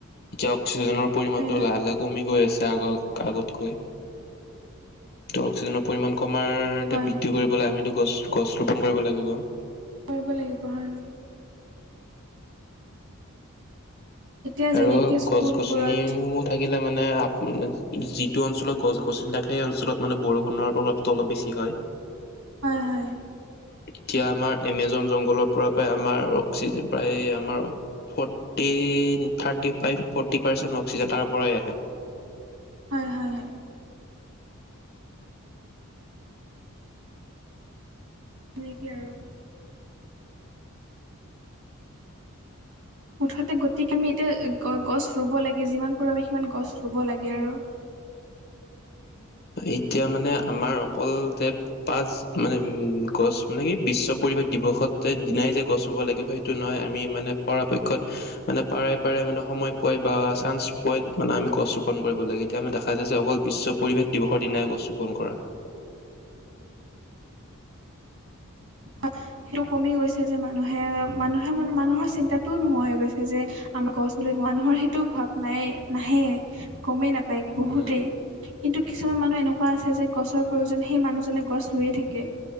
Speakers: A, on the left; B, on the right.
A: এতিয়া অক্সিজেনৰ পৰিমাণটো
B: হয়, হয়,
A: লাহে লাহে কমি গৈ আছে আগত আগতকৈ। ত' অক্সিজেনৰ পৰিমাণ কমাৰ আৰু এতিয়া
B: হয়,
A: বৃদ্ধি কৰিবলে আমিতো গছ গছ ৰোপন কৰিব লাগিব।
B: কৰিব লাগিব হয়। এতিয়া যেনেকে
A: আৰু
B: স্কুলবোৰত
A: গছ-গছনিসমূহত থাকিলে মানে আপোনাৰ যিটো অঞ্চলত গছ-গছনি থাকে সেই অঞ্চলত মানে বৰষুণৰ প্ৰভাৱটো অলপ বেছি হয়।
B: হয়, হয়।
A: এতিয়া আমাৰ এমেজন জংঘলৰ পৰা প্ৰায় আমাৰ অক্সিজেন প্ৰায় আমাৰ forty, thirty five forty percent oxygen তাৰ পৰাই আহে।
B: হয়, হয় হয়। সেনেকে আৰু। মুঠতে গতিকে, আমি এতিয়া গ গছ ৰুব লাগে। যিমান পাৰোঁ আমি সিমান গছ ৰুব লাগে আৰু।
A: এতিয়া মানে আমাৰ অকল যে পাঁচ মানে ম গছ মানে কি? বিশ্ব পৰিৱেশ দিৱসত যে দিনাই যে গছ ৰুব লাগিব সেইটো নহয় আমি মানে পৰাপক্ষত মানে পাৰে পাৰে মানে সময় পোৱাই বা চান্স পোৱাই মানে আমি গছ ৰোপন কৰিব লাগে। এতিয়া আমি দেখা যায় যে অকল বিশ্ব পৰিৱেশ দিৱসৰ দিনাই গছ ৰোপন কৰা।
B: আ সেইটো কমি গৈছে যে মানুহে--মানুহে মন মানুহৰ চিন্তাটোও নোহোৱা হৈ গৈছে যে আমা গছ বুলি। মানুহৰ সেইটো ভাৱ নাই, নাহেই, গমেই নাপায় বহুতেই।
A: উম
B: কিন্তু কিছুমান মানুহ এনেকুৱা আছে যে গছৰ প্ৰয়োজন সেই মানুহজনে গছ ৰুইয়ে থাকে।